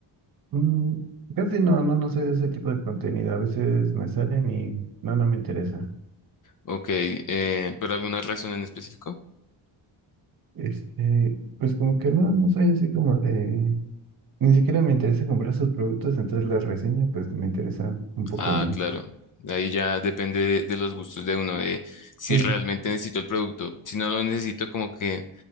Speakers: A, on the right; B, on the left.
A: Mm, casi no, no, no soy de ese tipo de contenido. A veces me salen y no, no me interesa.
B: Ok, eh, ¿pero alguna razón en específico?
A: Este, pues como que no, no soy así como de, ni siquiera me interesa comprar sus productos, entonces las reseño, pues me interesa un poco
B: Ah,
A: menos.
B: claro. Ahí ya depende de, de los gustos de uno, de si
A: Sí,
B: realmente necesito el producto. Si no lo necesito, como que